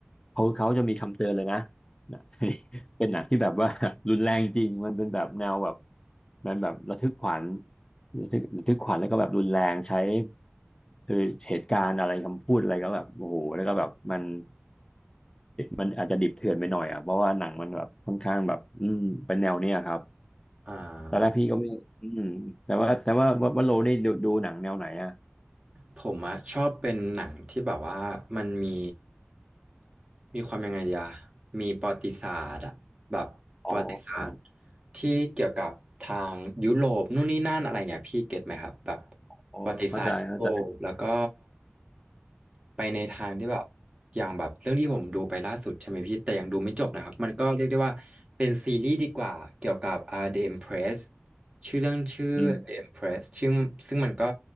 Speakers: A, on the left; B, on the right.
A: เขาเขาจะมีคำเตือนเลยนะนะ <laughs> เป็นหนังที่แบบว่า <laughs> รุนแรงจริงมันเป็นแบบแนวแบบมันแบบระทึกขวัญระทึกระทึกขวัญแล้วก็แบบรุนแรงใช้คือเหตุการณ์อะไรคำพูดอะไรก็แบบโอ้โหแล้วก็แบบมันมันอาจจะดิบเถื่อนไปหน่อยอ่ะเพราะว่าหนังมันแบบค่อนข้างแบบอืมเป็นแนวเนี้ยครับ
B: อ่า
A: ตอนแรกพี่ก็ไม่อืมแต่ว่าแต่ว่าว่าว่าโลนี่ดูดูหนังแนวไหนอ่ะ
B: ผมอะชอบเป็นหนังที่แบบว่ามันมีมีความยังไงดีอะมีประวัติศาสตร์อะแบบประวัติศาสตร์
A: อ๋อ
B: ที่เกี่ยวกับทางยุโรปนู่นนี่นั่นอะไรเงี้ยพี่เก็ตไหมครับแบบ
A: อ๋อเข้าใจเข้าใจ
B: ประวัติศาสตร์ยุโรปแล้วก็ไปในทางที่แบบอย่างแบบเรื่องที่ผมดูไปล่าสุดใช่ไหมพี่แต่ยังดูไม่จบนะครับมันก็เรียกได้ว่าเป็นซีรีส์ดีกว่าเกี่ยวกับ uh, The Empress ชื่อเรื่องชื่อ
A: อืม
B: The Empress ชื่อซึ่งมันก็